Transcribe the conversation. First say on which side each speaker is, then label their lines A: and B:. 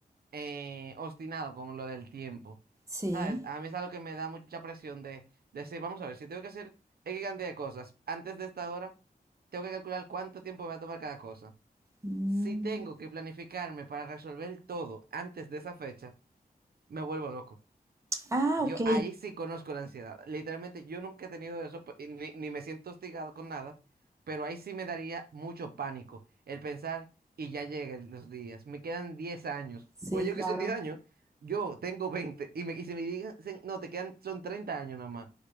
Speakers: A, on the right (about 75°); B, on the right (about 20°).
A: eh, obstinado con lo del tiempo.
B: Sí.
A: ¿Sabes? A mí es algo que me da mucha presión de de decir, vamos a ver, si tengo que hacer X cantidad de cosas antes de esta hora, tengo que calcular cuánto tiempo me va a tomar cada cosa.
B: Mm.
A: Si tengo que planificarme para resolver todo antes de esa fecha, me vuelvo loco.
B: Ah,
A: Yo
B: ok.
A: ahí sí conozco la ansiedad. Literalmente, yo nunca he tenido eso, pe- y ni, ni me siento hostigado con nada, pero ahí sí me daría mucho pánico el pensar, y ya llegan los días, me quedan 10 años.
B: Sí,
A: Oye,
B: claro.
A: que son 10 años, yo tengo 20 y, me, y si me digan, se- no, te quedan, son 30 años nada más,